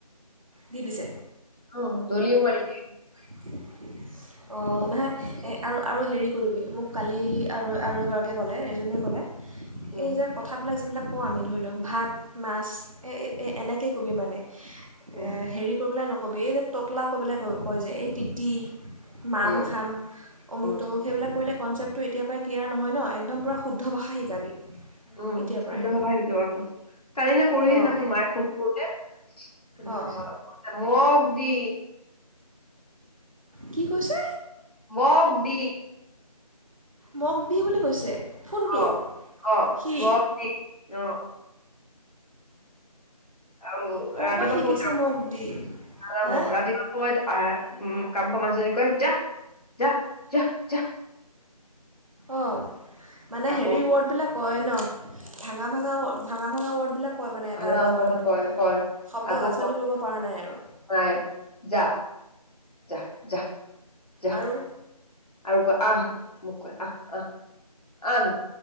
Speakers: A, on the right; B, on the left.
A: দি দিছে
B: অ দলিও মাৰি দিয়ে।
A: <unintelligible> অ নহয়, এ আৰু আৰু হেৰি কৰিবি মোক কালি আৰু আৰু এগৰাকীয়ে কলে, এজনীয়ে কলে
B: উম
A: এই যে কথাবিলাক যিবিলাক অ আমি ধৰি লওঁ ভাত, মাছ এ এ এনেকে ক'বি মানে।
B: উম
A: এ হেৰি কৰিবলে কবি এই যে ততলা কবলে কয় যে এই তিতি মাম
B: উম
A: খাম, অমুক
B: উম
A: তমুক সেইবিলাক কৰিলে কনচেপ্ট তো এতিয়া পৰাই ক্লিয়াৰ নহয় ন একদম পূৰা শুদ্ধ ভাষা শিকাবি
B: উম
A: এতিয়াৰ
B: শুদ্ধ
A: পৰাই
B: ভাষা শিকিব মন কালি নে পৰহিদিনাখন
A: অঁ
B: মায়ে ফোন কৰোতে,
A: অঁ
B: ম ক মগ দি
A: কি কৈছে?
B: মক দি
A: মগ দি বুলি কৈছে ফোনটো
B: অহ অহ
A: সি
B: মগ দি অহ। আৰু
A: ক'ৰ
B: ৰাতিপুৱা
A: পৰা শিকিছে
B: সময়ত যাও
A: মগ
B: ন
A: দি
B: নাজানো
A: হা
B: ৰাতিপুৱা সময়ত। অহ উম কাম কাম কৱা মাজতে কয় যা যা যা যা।
A: অ মানে
B: আকৌ
A: হেৰি ৱৰ্ড বিলাক কয় ন। ভাঙা ভাঙা ভাঙা ভাঙা ৱৰ্ডবিলাক। কয় মানে
B: ভালা
A: এটা এটা
B: ভাল
A: ৱৰ্ড
B: কয় কয়
A: শব্দ
B: আকৌ
A: গাঁথনি
B: কয়
A: কৰিব পৰা নাই আৰু
B: নাই যা যা যা। যা
A: আৰু
B: আৰু কয় আহ। মোক কয় আহ আহ আন